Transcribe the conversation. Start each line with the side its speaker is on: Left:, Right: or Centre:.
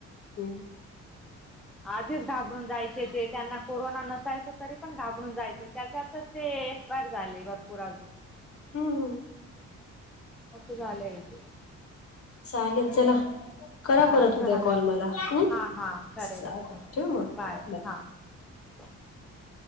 Left: हम्म
Centre: आधीच घाबरून जायचे. ते त्यांना कोरोना नसायच तरी पण घाबर जायचे त्याच्यातच ते एक्सपायर झाले भरपूर अजून
Left: हम्म.
Centre: आस झालंय ते.
Left: चालेल चला करा
Centre: हां
Left: परत
Centre: चला
Left: उद्या
Centre: मॅम
Left: कॉल मला ह.
Centre: हां हां करेल
Left: चाल
Centre: मी तुम्हाला
Left: ठेव मग? बाय.
Centre: हां <unintelligible>